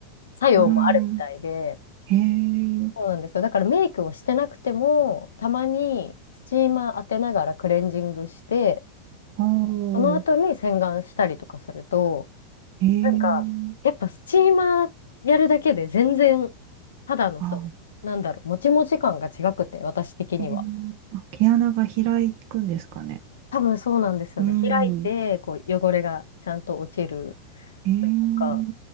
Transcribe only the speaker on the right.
うん。へえ。
ほう。
へえ。
あ、
へえ。あ、毛穴が開くんですかね。
うん。
へえ。
う